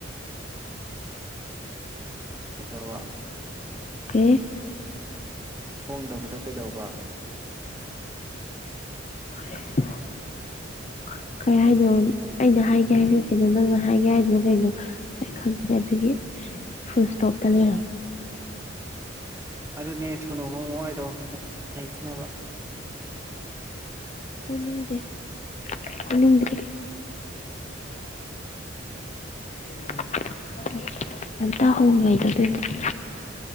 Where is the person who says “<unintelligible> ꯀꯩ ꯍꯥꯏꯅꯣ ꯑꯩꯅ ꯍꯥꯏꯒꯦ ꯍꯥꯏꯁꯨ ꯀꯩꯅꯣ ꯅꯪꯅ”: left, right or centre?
Left